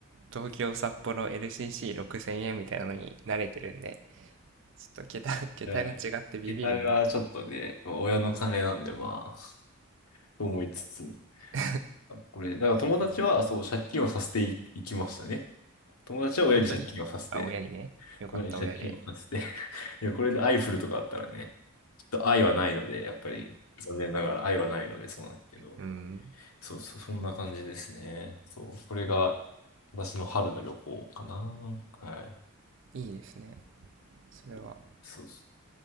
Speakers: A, on the right; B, on the left.
A: 東京、札幌、LCC6000 円みたいなのに慣れてるんで、ちょっと桁、<laughs> 桁が違ってビビるんですけど。
B: うん桁がちょっとね、まあ親の金なんでまあ、と思いつつ。
A: <laughs>
B: あこれ、だから友達はそう、
A: すごいな。
B: 借金をさせてい、いきましたね。友達は親に借金をさせて、
A: 本当に。あ、親にね。よかった、
B: 親に借金をさせて。
A: 親で。
B: <laughs> いや、これでアイフルとかあったらね、と愛はないので、やっぱり残念ながら愛はないのでそうなんですけど、
A: うん。
B: そうそう、そんな感じですね。そう、これが私の春の旅行かな。はい。
A: いいですね。それは。
B: そうそう